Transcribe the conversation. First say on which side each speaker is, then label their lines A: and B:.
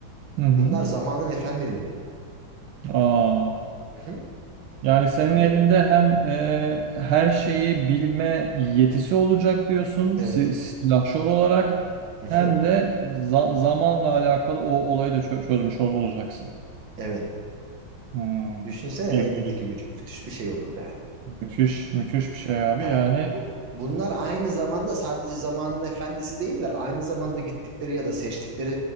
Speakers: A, on the right; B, on the right.
A: Hı
B: Bunlar
A: hı.
B: zamanın efendileri.
A: Aa.
B: Hı hı.
A: Yani senin
B: E,
A: elinde hem e, her şeyi bilme yetisi olacak diyorsun
B: evet.
A: si- silahşor olarak
B: Hı hı.
A: hem de za- zamanla alakalı o olayı da çö- çözmüş ol- olacaksın.
B: Evet.
A: Hmm.
B: Düşünsene
A: İlginç,
B: elindeki gücü. Müthiş bir şey olur yani.
A: müthiş, müthiş bir şey abi.
B: Ya
A: Yani
B: bu, bunlar aynı zamanda sadece zamanın efendisi değiller. Aynı zamanda gittikleri ya da seçtikleri